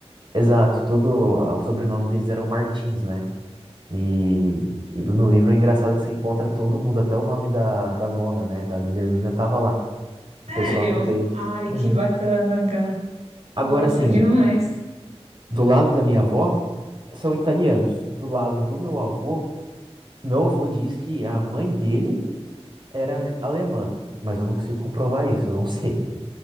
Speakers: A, on the right; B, on the right.
A: Exato, todo o sobrenome deles eram Martins, né? E, e no livro é engraçado que você encontra todo mundo, até o nome da, da nona, né? Da Guilhermina tava lá.
B: Sério?
A: O pessoal que veio.
B: Ai, que
A: Uhum.
B: bacana, Gá.
A: Agora,
B: Nossa,
A: assim,
B: demais.
A: do lado da minha avó, são italianos. Do lado do meu avô, meu avô diz que a mãe dele era alemã, mas eu não consigo comprovar isso, eu não sei.